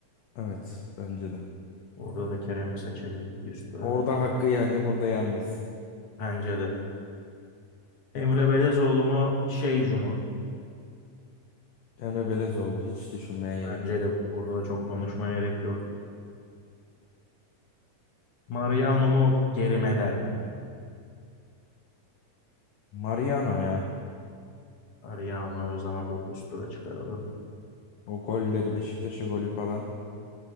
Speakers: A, on the left; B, on the left.
A: Evet bence de.
B: Orada da Kerem'i seçelim bir üst tura.
A: Orada hakkı yendi, burada yenmez.
B: Bence de. Emre Belezoğlu mu Şeycu mu?
A: Emre Belezoğlu hiç düşünmeye
B: Bence
A: gerek yok.
B: de burada çok konuşmaya gerek yok. Mariano mu geri Medel mi?
A: Mariano ya.
B: Ariano'yu o zaman burada üst tura çıkaralım.
A: O golleri Beşiktaş'a golü falan